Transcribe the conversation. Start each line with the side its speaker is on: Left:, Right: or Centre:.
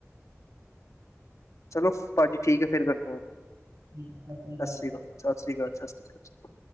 Left: ਚਲੋ ਪਾਜੀ ਠੀਕ ਏ
Right: ਸਤਿ
Left: ਫੇਰ ਕਰਦਾ
Right: ਸ੍ਰੀ
Left: ਵਾ
Right: ਅਕਾਲ ਠੀਕ ਹੈ ਸਤਿ ਅਕਾਲ
Left: ਸਾਸ ਸ੍ਰੀ
Right: ਜੀ
Left: ਕਾਲ। ਸਾਸ ਸ਼੍ਰੀ ਕਾਲ ਸਾਸ ਸ੍ਰੀ ਕਾਲ।